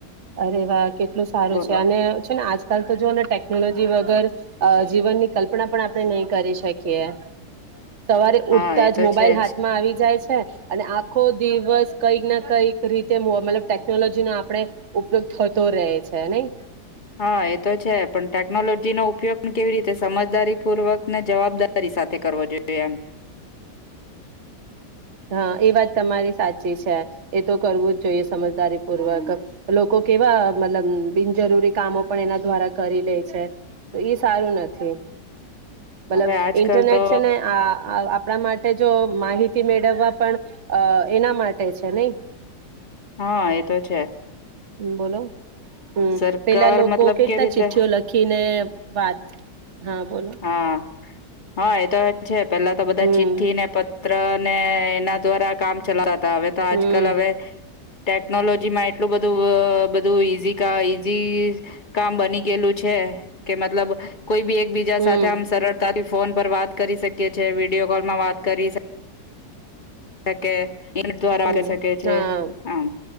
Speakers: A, on the right; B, on the left.
A: અરે વા કેટલું સારું
B: બોલો
A: છે અને આજકાલ તો જો ને ટેકનોલોજી વગર જીવનની કલ્પના પણ આપણે નહી કરી શકીએ. સવારે
B: હા
A: ઉઠતા
B: એ
A: જ
B: તો
A: મોબાઈલ
B: છે
A: હાથમાં આવી જાય છે. અને આખો દિવસ કઈક ના કઈક રીતે મો મતલબ ટેકનોલોજી નો આપણે ઉપયોગ થતો રહે છે નહી.
B: હા એ તો છે પણ ટેકનોલોજીનો ઉપયોગ તો કેવી રીતે સમજદારી પૂર્વક ને જવાબદારી સાથે કરવો જોઈએ એમ.
A: હા એ વાત તમારી સાચી. છે એ તો કરવું જ જોઈએ સમજદારી પૂર્વક લોકો કેવા મતલબ બિનજરૂરી કામો પણ એના દ્વારા કરી લે છે તો એ સારું નથી. મતલબ
B: હવે આજકાલ
A: ઇન્ટરનેટ
B: તો
A: છે ને અ અ આપણા માટે જો માહિ મેળવવા પણ એના માટે છે નહી.
B: હા એ તો છે.
A: હમ બોલો. હમ
B: સરકાર
A: પેલા લોકો
B: મતલબ
A: કેતા
B: કેવી રીતે
A: ચિઠ્ઠીઓ લખીને વાત. હા બોલો.
B: હા હા એતો એ છે. પેલા તો બધા
A: હમ
B: ચીઠ્ઠ ને પ પત્ર ને એના દ્વારા કામ ચલાતા તા હવે તો આજ
A: હમ
B: કલ હવે ટેકનોલોજી માં એટલું બધું બધું ઈઝી ઈઝી કામ બની ગયેલું છે કે મતલબ કોઈ બી એક સાથે
A: હમ
B: આમ સરળતાથી ફોન પર વાત કરી શકીએ છેએ વિડીયો કોલ માં વાત કરી ત કે ઇ દ્વારા
A: હમ
B: આવી શકે છે
A: હા
B: આમ